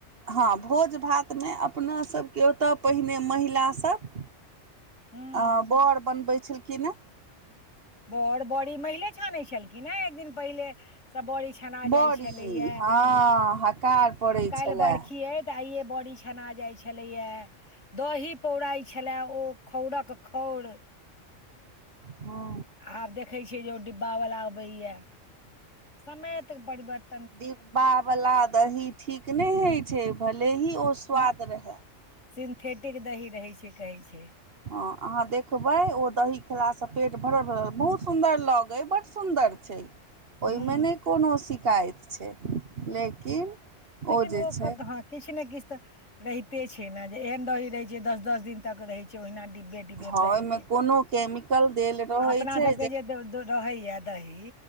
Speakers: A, on the right; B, on the left.
A: हँ भोज-भातमें अपनासभके ओतय पहिने महिला सब।
B: हूँ
A: आ बर बनबै छलखिनऽ।
B: बड़, बड़ी महिले छानै छलखिन हे, एक दिन पहिले सऽ बड़ी छ। छना जाइ
A: बड़ी
B: छलैय,
A: हँ हकार पड़ै
B: आब काल्हि
A: छलए
B: बरखी अय। तऽ आइये बड़ी छना जाइ छलैय। दही पौराई छलै, ओ खौरक-खौर।
A: हँ
B: आब देखै छियै जे ओ डिब्बा वला अबैयऽ, समय ए तऽ परिवर्त।
A: डिब्बावला दही ठीक नहि होइ छै, भले ही ओ स्वाद रहए।
B: सिन्थेटिक दही रहै छै, कहै छै।
A: हँ, अहाँ देखबै ओ दही। खेलासँ पेट भरल-भरल, बहुत सुंदर लगै, बड्ड सुन्दर छै। ओयमें
B: हूँ
A: नइ कोनो शिकायत छै लेकिन।
B: लेकिन ओ
A: जे छै
B: कधा। किछ ने किछ तऽ रहिते छै ने, जे एहन दही रहे छै दस-दस दिन तक रहे छै ओहिना डिब्बे। डिब्बे
A: हँ
B: पैके,
A: ओहिमे कोनो केमिकल देल रहै
B: अपना
A: छै
B: सबके जे दऽ द। रहैयऽ दही,